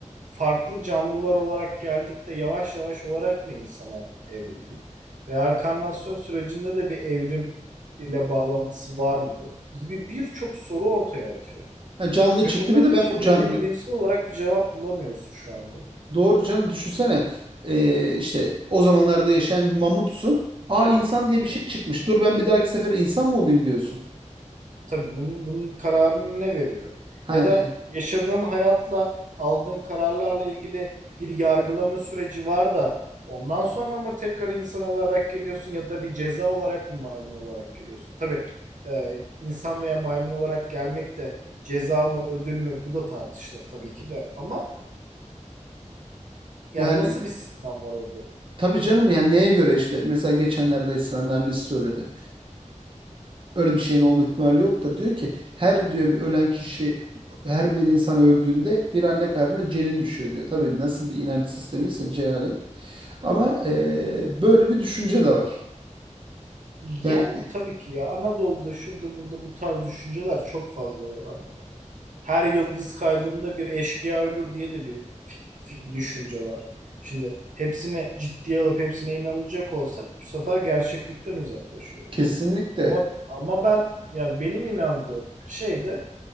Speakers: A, on the right; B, on the right.
A: farklı canlılar olarak geldik de yavaş yavaş olarak mı insana evrildik? Reenkarnasyon sürecinde de bir evrim ile bağlantısı var mıdır? Gibi birçok soru ortaya atıyor.
B: Ha, canlı
A: Ve
B: çıktı
A: bunların
B: bir de ben
A: hiçbirine
B: bu canlı
A: bilimsel olarak bir cevap bulamıyorsun şu anda.
B: doğru canım düşünsene. E, işte o zamanlarda yaşayan bir mamutsun. Aa insan diye
A: Evet.
B: bir şey çıkmış. Dur ben bir dahaki sefere insan mı olayım diyorsun.
A: Tabii bunun, bunun kararını ne veriyor?
B: Ha,
A: Ya da yaşadığın hayatla aldığın kararlarla ilgili bir yargılama süreci var da ondan sonra mı tekrar insan olarak geliyorsun ya da bir ceza olarak mı maymun olarak geliyorsun? Tabii e, insan veya maymun olarak gelmek de ceza mı ödül mü bu da tartışılır tabii ki de ama yani
B: Yani
A: nasıl bir sistem var orada?
B: tabii canım yani neye göre işte mesela geçenlerde Esra'nın annesi söyledi. Öyle bir şeyin olma ihtimali yok da diyor ki her diyor bir ölen kişi her bir insan öldüğünde bir anne karnına cenin düşüyor diyor. Tabii nasıl bir inanç sistemiyse cehalet ama eee, böyle bir düşünce de var.
A: Yani
B: Yani
A: tabii ki ya Anadolu'da şurada burada bu tarz düşünceler çok fazla var. Hani. her yıldız kaydığında bir eşkıya ölür diye de bir fi- fi- düşünce var. Şimdi hepsini ciddiye alıp hepsine inanacak olsak bu sefer gerçeklikten uzaklaşıyoruz.
B: kesinlikle
A: Ama ama ben yani benim inandığım şey de